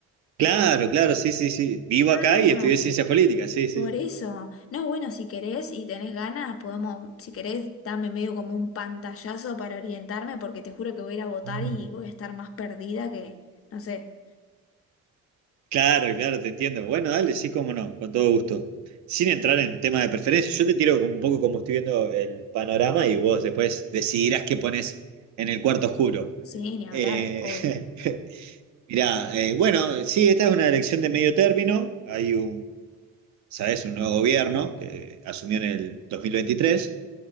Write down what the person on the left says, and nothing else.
Ah,
por eso. No, bueno, si querés y tenés ganas, podemos, si querés, dame medio como un pantallazo para orientarme, porque te juro que voy a ir a votar
y voy a estar más perdida que, no sé,
sí, ni hablar,
obvio.